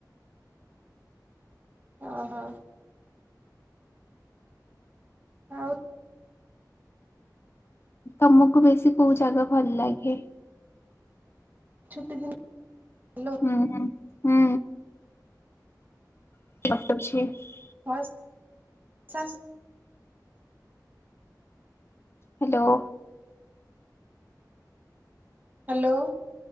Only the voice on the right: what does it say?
ଓହୋ। ଆଉ
ଛୁଟି ଦିନ ହାଲୋ
<unintelligible>
ହାଲୋ।